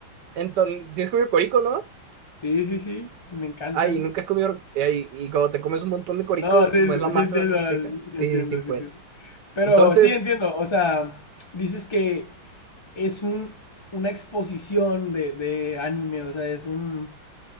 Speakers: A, on the right; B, on the left.
A: Entonces, si has comido corico, ¿no?
B: Sí, sí, sí, me encantan.
A: Ay, nunca has comido. ay, y cuando te comes un montón de corico,
B: No, sí,
A: como es la masa
B: sí entiendo,
A: reseca.
B: sí
A: Sí,
B: entiendo,
A: sí, pues.
B: sí entiendo. Pero
A: Entonces,
B: sí entiendo, o sea, dices que es un, una exposición de, de anime, o sea, es un...